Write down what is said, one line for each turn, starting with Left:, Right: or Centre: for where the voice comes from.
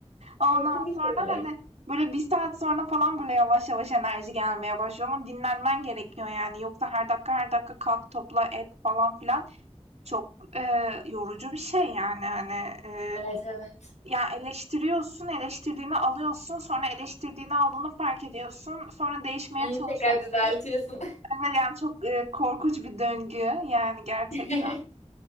Right: Ondan
Left: Kesinlikle
Right: sonra,
Left: öyle.
Right: hani, böyle bir saat sonra falan böyle yavaş yavaş enerji gelmeye başlıyor ama dinlenmen gerekiyor yani. Yoksa her dakika her dakika kalk, topla, et falan filan çok, eee, yorucu bir şey yani, hani. Eee,
Left: Evet evet.
Right: ya eleştiriyorsun, eleştirdiğini alıyorsun, sonra eleştirdiğini aldığını fark ediyorsun, sonra değişmeye
Left: Onu
Right: çalışıyorsun.
Left: tekrar düzeltiyorsun.
Right: Evet, yani çok, eee, korkunç bir döngü yani gerçekten.
Left: <laughs>